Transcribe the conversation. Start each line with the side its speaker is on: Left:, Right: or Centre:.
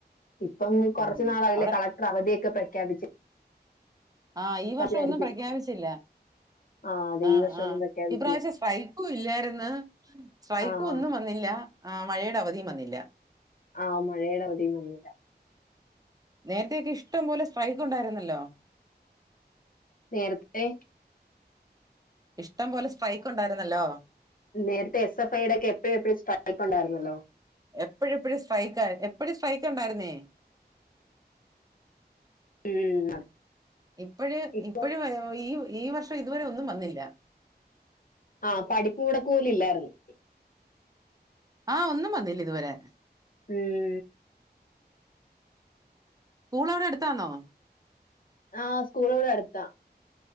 Left: ഇപ്പം കൊറച്ച
Right: ഉം
Left: നാൾ അാവല
Right: അവിടെ
Left: കള ട്ടര് അവധിയൊക്കെ പ്രഖ്യാപി
Right: ആഹ് ഈ വർഷം
Left: വിചാരിക്കും
Right: ഒന്നും പ്രഖ്യാപിച്ചില്ല
Left: ആ അതെ
Right: ആഹ്
Left: ഈ വർഷം
Right: ആഹ്
Left: ഒന്നും പ്രഖ്യാപിച്ചില്ല
Right: ഇപ്രാവശ്യം സ്ട്രൈ ഇല്ലായിരുന്നു സ്ട്രൈക്കും
Left: ആ ആ
Right: ഒന്നും വന്നില്ല ആഹ് മഴയുടെ അവധിയും വന്നില്ല
Left: ആഹ് മഴയുടെ അവധി വന്നില്ല
Right: നേരത്തെയൊക്കെ ഇഷ്ടം പോലെ സ്ട്രൈക്ക് ഉണ്ടായിരുന്നല്ലോ
Left: നേരത്തെ
Right: ഇഷ്ടം പോല സ്ട്രൈക്ക് ഉണ്ടായിരുന്നല്ലോ
Left: നേരത്തെ എസ് എഫ് ഐയുടെ ഒക്കെ എപ്പോഴും എപ്പോഴും സ്ട്രൈക്ക് ഉണ്ടായിരുന്നല്ലോ
Right: എപ്പഴു എപ്പഴ് സ്ട്രൈക്ക് എപ്പഴ സ്ട്രൈക്ക് ഉണ്ടായിരുന്നേ
Left: ഉം
Right: ഇപ്പഴ്
Left: ഇപ്പൊ
Right: ഇപ്പഴും ഈ ഈ വർഷം ഇതുവരെ ഒന്നും വന്നില്ല
Left: ആഹ് പഠിപ്പ് മുടക്ക് പോലും ഇല്ലായിരുന്നു
Right: ആഹ് ഒന്നും വന്നില്ല ഇതുവരെ
Left: ഉം
Right: സ്കൂൾ അവിടെ അടുത്താന്നോ
Left: ആഹ് സ്കൂള് വടെ അട്ത്ത